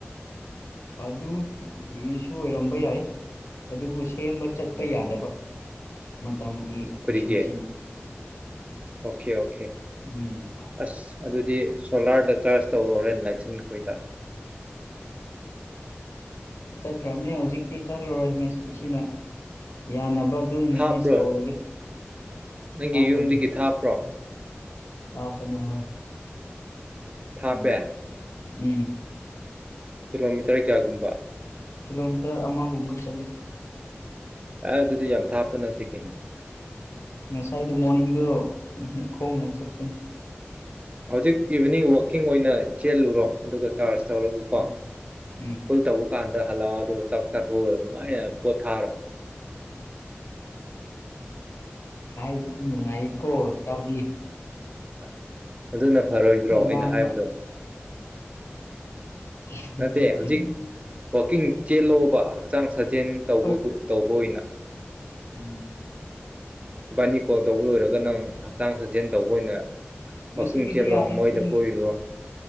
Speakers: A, on the left (about 80°); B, on the right (about 30°).
A: ꯑꯗꯨꯒꯤꯁꯨ ꯑꯣꯏꯔꯝꯕ ꯌꯥꯏ ꯑꯗꯨꯕꯨ ꯁꯤ ꯁꯦꯝꯕ ꯆꯠꯄ
B: ꯎꯝ
A: ꯌꯥꯗꯕ ꯃꯇꯝꯒꯤ
B: ꯀꯔꯤꯒꯤ
A: ꯏꯁꯨꯁꯤꯅ
B: ꯑꯣꯀꯦ ꯑꯣꯀꯦ
A: ꯎꯝ
B: ꯑꯁ ꯑꯗꯨꯗꯤ ꯁꯣꯂꯥꯔꯗ ꯆꯥꯔꯖ ꯇꯧꯔꯣꯍꯦ ꯅꯆꯤꯟꯈꯣꯏꯗ
A: ꯆꯠꯈ꯭ꯔꯕꯅꯤ ꯍꯧꯖꯤꯛꯇꯤ ꯆꯠꯂꯔꯣꯏ ꯑꯁꯤꯅ ꯌꯥꯅꯕ ꯑꯗꯨꯝ
B: ꯊꯥꯞꯄ꯭ꯔꯣꯏ
A: ꯃꯦꯅꯦꯖ ꯇꯧꯔꯒꯦ
B: ꯅꯪꯒꯤ
A: ꯍꯥꯞꯄꯅꯤ
B: ꯌꯨꯝꯗꯒꯤ ꯊꯥꯞꯄ꯭ꯔꯣ
A: ꯂꯥꯞꯄꯅꯤ ꯍꯣꯏ
B: ꯊꯥꯞꯄꯦ
A: ꯎꯝ
B: ꯀꯤꯂꯣꯃꯤꯇꯔ ꯀꯌꯥꯒꯨꯝꯕ
A: ꯀꯤꯂꯣꯃꯤꯇꯔ ꯑꯃꯒꯨꯝꯕ ꯆꯠꯂꯦ
B: ꯑꯦ ꯑꯗꯨꯗꯤ ꯌꯥꯝ ꯊꯥꯞꯄ ꯅꯠꯇꯦ ꯀꯩꯅꯣ
A: ꯉꯁꯥꯏꯗꯣ ꯃꯣꯔꯅꯤꯡꯗꯣ ꯈꯣꯡꯅ ꯆꯠꯄꯅꯤ
B: ꯍꯧꯖꯤꯛ ꯏꯚꯤꯅꯤꯡ ꯋꯥꯛꯀꯤꯡ ꯑꯣꯏꯅ ꯆꯦꯜꯂꯨꯔꯣ ꯑꯗꯨꯒ ꯆꯥꯔꯖ ꯇꯧꯔꯒꯀꯣ
A: ꯎꯝ
B: ꯐꯨꯜ ꯇꯧꯕ ꯀꯥꯟꯗ ꯍꯜꯂꯛꯑꯣ ꯑꯗꯨꯒ ꯆꯥꯛ ꯆꯥꯊꯣꯛꯑꯣ ꯅꯨꯡꯉꯥꯏ ꯄꯣꯠꯊꯥꯔꯣ
A: ꯍꯥꯏꯗ ꯅꯨꯡꯉꯥꯏꯀꯣ ꯏꯇꯥꯎꯗꯤ
B: ꯑ ꯑꯗꯨꯅ ꯐꯔꯣꯏꯗ꯭ꯔꯣ ꯑꯩꯅ
A: ꯉꯥꯡꯕ
B: ꯍꯥꯏꯕꯗꯣ <inaudible>
A: <inaudible>
B: ꯅꯠꯇꯦ ꯍꯧꯖꯤꯛ ꯋꯥꯛꯀꯤꯡ ꯆꯦꯜꯂꯣꯕ ꯍꯛꯆꯥꯡ ꯁꯥ ꯖꯦꯟ ꯇꯧꯕꯒꯨꯝ
A: ꯍꯣꯏ
B: ꯇꯧꯕ ꯑꯣꯏꯅ
A: ꯎꯝ
B: ꯅꯤ ꯀꯣ ꯇꯧꯕ ꯂꯣꯏꯔꯒ ꯅꯪ ꯍꯛꯆꯥꯡ ꯁꯥꯖꯦꯜ ꯇꯧꯕ ꯑꯣꯏꯅ ꯋꯥꯋꯥꯛꯀꯤꯡ
A: ꯉꯁꯤꯒꯤꯗꯤ
B: ꯆꯦꯜꯂꯣ
A: ꯌꯥꯔꯦ
B: ꯃꯣꯏꯗ
A: ꯆꯤꯟ
B: ꯀꯣꯏꯔꯨꯔꯣ